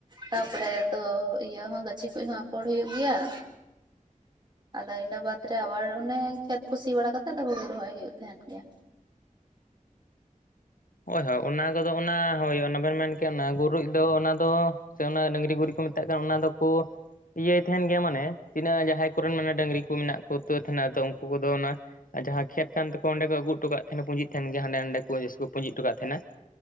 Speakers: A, on the right (about 35°); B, on the left (about 85°).
A: ᱛᱟᱨᱯᱚᱨᱮ ᱫᱚ ᱤᱭᱟᱹ ᱦᱚᱸ ᱜᱟᱹᱪᱷᱤ ᱠᱚ ᱦᱚᱸ ᱟᱯᱷᱚᱲ ᱦᱩᱭᱩᱜ ᱜᱮᱭᱟ ᱾ ᱟᱫᱚ ᱤᱱᱟᱹ ᱵᱟᱫᱽ ᱨᱮ ᱟᱵᱟᱨ ᱚᱱᱮ ᱠᱷᱮᱛ ᱠᱚ ᱥᱤ ᱵᱟᱲᱟ ᱠᱟᱛᱮᱜ ᱟᱫᱚ ᱦᱩᱲᱩ ᱨᱚᱦᱚᱭ ᱦᱩᱭᱩᱜ ᱛᱟᱸᱦᱮᱱ ᱜᱮᱭᱟ ᱾
B: ᱳᱭ ᱦᱳᱭ ᱚᱱᱟ ᱠᱚᱫᱚ ᱚᱱᱟ ᱦᱳᱭ ᱚᱱᱮ ᱵᱮᱱ ᱢᱮᱱ ᱠᱮᱱᱟ ᱜᱩᱨᱤᱡ ᱫᱚ ᱚᱱᱟ ᱫᱚ ᱥᱮ ᱚᱱᱟ ᱰᱟᱹᱝᱨᱤ ᱜᱩᱨᱤᱡ ᱠᱚ ᱢᱮᱛᱟᱜ ᱠᱟᱱ ᱚᱱᱟ ᱫᱚ ᱠᱩ ᱤᱭᱟᱹᱭ ᱛᱟᱦᱮᱱ ᱜᱮᱭᱟ ᱢᱟᱱᱮ ᱛᱤᱱᱟᱹᱜ ᱡᱟᱦᱟᱸᱭ ᱠᱚᱨᱮᱱ ᱢᱟᱱᱮ ᱰᱟᱹᱝᱨᱤ ᱠᱚ ᱢᱮᱱᱟᱜ ᱠᱚ ᱛᱳ ᱛᱟᱦᱮᱱᱟ ᱩᱱᱠᱩ ᱠᱚᱫᱚ ᱚᱱᱟ ᱟ ᱡᱟᱦᱟᱸ ᱠᱷᱮᱛᱷ ᱠᱟᱱ ᱛᱟᱠᱚ ᱚᱸᱰᱮ ᱠᱚ ᱟᱹᱜᱩ ᱩᱴᱩ ᱛᱮᱦᱮᱱᱟ ᱦᱚᱸᱵᱮᱱᱟᱵᱮ ᱵᱤᱥᱠᱩ ᱛᱟᱦᱮᱱᱟ ᱯᱩᱸᱡᱤ ᱛᱟᱦᱮᱱᱟ ᱾